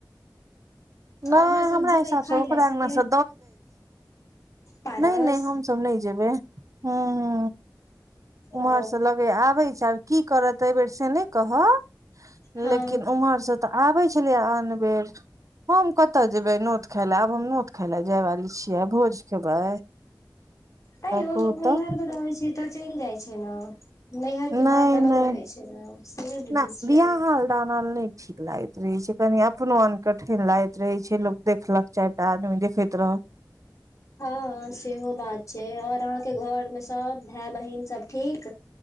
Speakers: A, on the right; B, on the left.
A: नहि
B: अहाँसब
A: हमरा
B: जेबै
A: हिसाबसँ
B: खाय
A: ओकरा
B: लए
A: अङ्गनासँ
B: से पारस
A: नै नै हमसब नै जेबै हूँ हू उम्हरसँ
B: ओ
A: लगै आबै छै आब की करत एहिबेर से नै कहब
B: हँ
A: लेकिन उम्हरसँ तऽ आबै छलया आन बेर हम कतऽ जेबै नोत खाय लए आब हम नोत खाय लए जाय वाली छियै भोज खेबै <inaudible>
B: तैयो
A: कहू
B: लोक नइहर
A: तऽ
B: मे रहै छै तऽ चलि जाइ छै न नैहर के
A: नहि
B: बात अलग
A: नहि
B: रहै छै न से नै बुझै
A: ने
B: छियाय
A: बियाह हाल दानल नहि ठीक लागैत रहै छै कनि अपनो अनकठैन लागैत रहै छै त लोग देखैत चाय टा आदमी देखैत रह
B: हँ सेहो बात छै आओर अहाँके घर मे सब भए बहिन सब ठीक